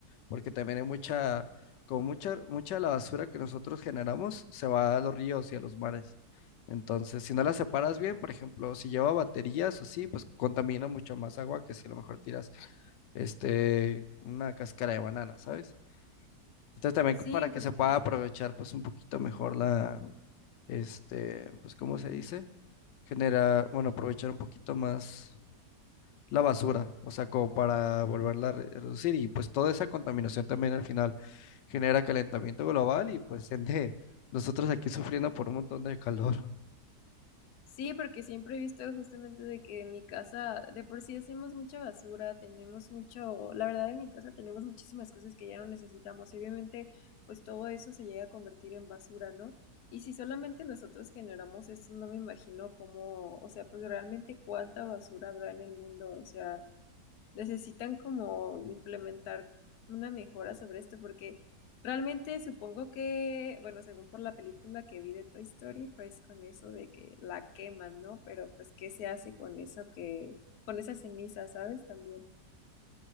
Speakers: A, on the left (about 85°); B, on the left (about 65°).
A: porque también hay mucha, como mucha, mucha de la basura que nosotros generamos se va a los ríos y a los mares. Entonces, si no la separas bien, por ejemplo, si lleva baterías o así, pues contamina mucho más agua que si a lo mejor tiras este, una cáscara de banana, ¿sabes? Entonces, también
B: Sí,
A: para que
B: porque
A: se pueda aprovechar pues un poquito mejor la, este, pues, ¿cómo se dice? Genera, bueno, aprovechar un poquito más la basura, o sea, como para volverla a re- reducir. Y pues toda esa contaminación también al final genera calentamiento global y pues <laughs> ende nosotros aquí sufriendo por un montón de calor.
B: Sí, porque siempre he visto justamente de que en mi casa de por sí hacemos mucha basura, tenemos mucho, la verdad en mi casa tenemos muchísimas cosas que ya no necesitamos y obviamente pues todo eso se llega a convertir en basura, ¿no? Y si solamente nosotros generamos eso, no me imagino cómo, o sea, pues realmente cuánta basura habrá en el mundo, o sea, necesitan como implementar una mejora sobre esto, porque realmente supongo que, bueno, según por la película que vi de Toy Story, pues con eso de que la queman, ¿no? Pero pues, ¿qué se hace con eso que, con esa ceniza, ¿sabes? También.